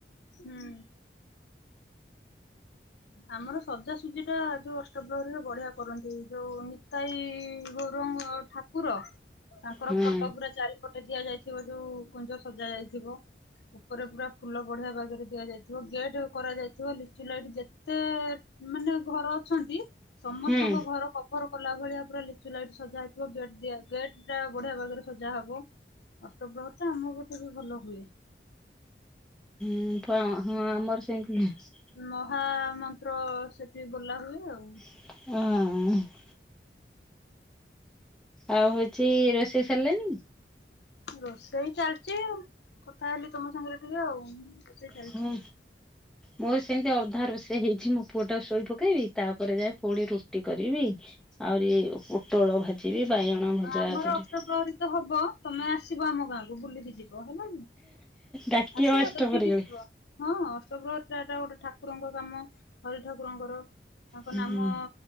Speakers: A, on the left; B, in the centre.
A: ହୁଁ। ଆମର ସଜାସୁଜି ଟା ଯୋଉ ଅଷ୍ଟପ୍ରହରୀରେ ବଢିଆ କରନ୍ତି। ଯୋଉ ନିତାଇ ଗୌରଙ୍ଗ ଠାକୁର ତାଙ୍କର
B: ହୁଁ
A: ଫଟୋ ପୁରା ଚାରି ପଟେ ଦିଆଯାଇଥିବ ଯୋଉ କୁଞ୍ଜ ସଜା ଯାଇଥିବ। ଉପରେ ପୁରା ଫୁଲ ବଢିଆ ବାଗେରେ ଦିଆଯାଇଥିବ ଗେଟ୍ କରାଯାଇଥିବ ଲିଚୁ ଲାଇଟ୍ ଯେତେ ମାନେ ଘରଅଛନ୍ତି ସମସ୍ତଙ୍କ
B: ହୁଁ
A: ଘର କଭର କଲା ଭଳିଆ ପୁରା ଲିଚୁ ଲାଇଟ୍ ସଜା ହେଇଥିବ ଗେଟ୍ ଦିଆଯ ଗେଟ୍ ଟା ବଢିଆ ବାଗେରେ ସଜାହବ। ଅଷ୍ଟପ୍ରହରୀ ତ ଆମ ପଟେ ବି ଭଲହୁଏ।
B: ହୁଁ ପାଁ ଆମର ସେଇଁତି ହେଇଚି।
A: ମହା ମନ୍ତ୍ର ସେଠି ବୋଲାହୁଏ ଆଉ।
B: ହଁ। ଆଉ ହଉଚି ରୋଷେଇ ସାରିଲେଣି?
A: ରୋଷେଇ ଚାଲିଚି ଆ କଥା ହେଲି ତମ ସାଙ୍ଗେରେ ଟିକେ ଆଉ। ରୋଷେଇ ଚାଲିଛି।
B: ହଁ। ମୋର ସେମିତି ଅଧା ରୋଷେଇ ହେଇଚି ମୋ ପୁଅ ଟାକୁ ଶୋଇ ପକେଇବି ତାପରେ ଯାଇଁ ଫୁଣି ରୁଟି କରିବି। ଆଉରି ପୋଟଳ ଭାଜିବି ବାଇଗଣ ଭଜା
A: ଆମର
B: କରିବି।
A: ଅଷ୍ଟପ୍ରହରୀ ତ ହବ ତମେ ଆସିବ ଆମ ଗାଁକୁ। ବୁଲିକି ଯିବ ହେଲା
B: ଡାକିବ
A: ଆସିବ
B: ଅଷ୍ଟପହରିଗଲେ।
A: ଦେଖିକି ଯିବ‌। ହଁ ଅଷ୍ଟପ୍ରହରୀଟା ଏଟା ଗୋଟେ ଠାକୁରଙ୍କ କାମ। ହରି ଠାକୁରଙ୍କର ତାଙ୍କ
B: ହୁଁ
A: ନାମ